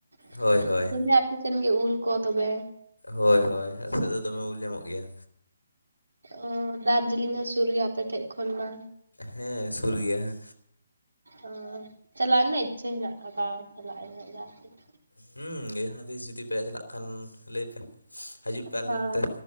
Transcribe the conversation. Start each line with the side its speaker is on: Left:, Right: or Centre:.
Right: <inaudible>
Left: ᱦᱳᱭ ᱦᱳᱭ
Right: ᱫᱚᱢᱮ ᱟᱯᱮ ᱥᱮᱱ ᱜᱮ ᱩᱞ ᱠᱚ ᱛᱚᱵᱮ᱾
Left: ᱦᱳᱭ ᱦᱳᱭ ᱟᱞᱮ ᱥᱮᱫ ᱫᱚ ᱫᱚᱢᱮ ᱩᱞ ᱧᱟᱢᱚᱜ ᱜᱮᱭᱟ᱾
Right: ᱚ ᱫᱟᱨᱡᱤᱞᱤᱝ ᱦᱚᱸ ᱥᱩᱨ ᱜᱮᱭᱟ ᱟᱯᱮᱴᱷᱮᱡ ᱠᱷᱚᱱ ᱢᱟ᱾
Left: ᱦᱮᱸ ᱥᱩᱨ ᱜᱮᱭᱟ᱾
Right: ᱚ ᱪᱟᱞᱟᱜ ᱨᱮᱱᱟᱜ ᱤᱪᱪᱷᱟᱹ ᱢᱮᱱᱟᱜ ᱟᱠᱟᱫᱟ, ᱪᱟᱞᱟᱜ ᱤᱧ ᱦᱟᱜ ᱡᱟᱦᱟᱸ ᱛᱤᱥ ᱾
Left: ᱦᱮᱸ ᱡᱟᱦᱟᱸ ᱛᱤᱥ ᱡᱩᱫᱤ ᱯᱮ ᱪᱟᱞᱟᱜ ᱠᱷᱟᱱ ᱞᱟᱹᱭ ᱯᱮ᱾ ᱦᱤᱡᱩᱜ ᱯᱮ ᱟᱞᱮ
Right: ᱦᱳᱭ
Left: ᱱᱚᱱᱛᱮ